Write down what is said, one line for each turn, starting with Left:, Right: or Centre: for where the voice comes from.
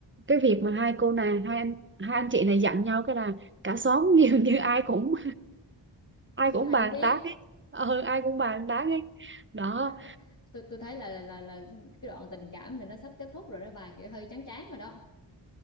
Right: cái việc mà hai cô này hai anh hai anh chị này giận nhau cái là cả xóm <laughs> dường như ai cũng ai cũng
Left: ai
Right: bàn
Left: cũng biết
Right: tán hết ờ ai cũng bàn tán hết đó
Left: chắc là tôi tôi thấy là là là cái đoạn tình cảm này nó sắp kết thúc rồi đó bà kiểu hơi chán chán rồi đó